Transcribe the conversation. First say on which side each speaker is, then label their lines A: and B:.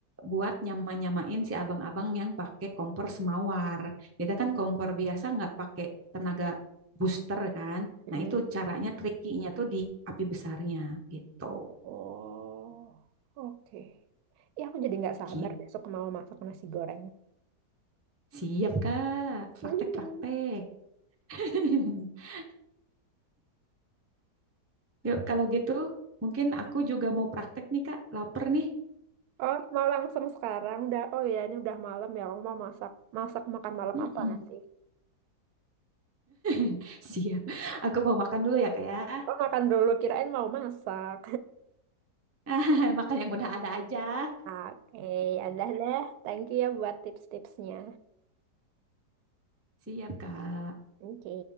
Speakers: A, on the right (about 20°); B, on the right (about 75°).
A: buat nyama-nyamain si abang-abang yang pakai kompor semawar. Kita kan kompor biasa nggak pakai tenaga booster kan.
B: Mm.
A: Nah, itu caranya trikinya tuh di api besarnya gitu.
B: Oh, oh, oke. Ya aku jadi nggak sabar
A: Gitu.
B: besok mau masak nasi goreng.
A: Siap, Kak.
B: <laughs>
A: Praktek-praktek.
B: Hmm.
A: <laughs> Yuk, kalau gitu mungkin aku juga mau praktek nih, Kak. Laper nih.
B: Oh, mau langsung sekarang dah. Oh ya, ini udah malam ya. Aku mau masak. Masak makan malam
A: Mm-mm.
B: apa nanti?
A: <laughs> Siap. Aku mau makan dulu ya, Kak ya.
B: Oh, makan dulu. Kirain mau masak.
A: <laughs> Makan yang udah ada aja.
B: <laughs> Oke, ya udah deh. Thank you ya buat tips-tipsnya.
A: Siap, Kak.
B: Oke.